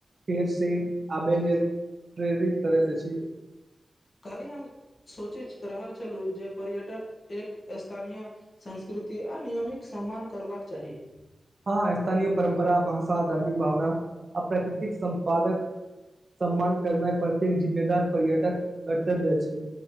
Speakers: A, on the right; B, on the left.
A: फेर से आबे लेल प्रेरित करेत अछि
B: काली हम सोचै रहल छलौ जे पर्यटक एक स्थानीय संस्कृति दुति आ नियमित सम्मान करबाक चाही
A: हँ स्थानीय परम्परा भाषा धार्मिक भावना अप्रकृतिक संपादक सम्मान करनै प्रति जिम्मेदार पर्यटक कर्तव्य अछि